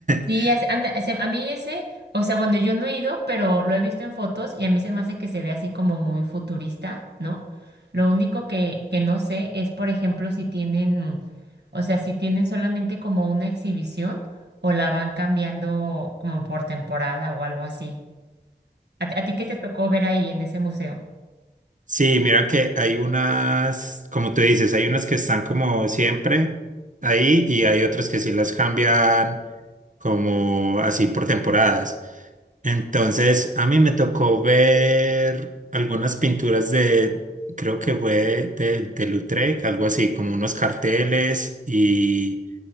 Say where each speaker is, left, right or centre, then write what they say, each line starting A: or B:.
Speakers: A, on the right; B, on the right.
A: sí,
B: <laughs>
A: es- anda, se- a mí ese, o sea, bueno, yo no he ido, pero lo he visto en fotos y a mí se me hace que se ve así como muy futurista, ¿no? Lo único que, que no sé es, por ejemplo, si tienen O sea, si tienen solamente como una exhibición o la van cambiando como por temporada o algo así. ¿A, a ti qué te tocó ver ahí en ese museo?
B: Sí, mira que hay unas, como tú dices, hay unas que están como siempre ahí y hay otras que sí las cambian como así por temporadas. Entonces, a mí me tocó ver algunas pinturas de, creo que fue de, de Lautrec, algo así, como unos carteles y,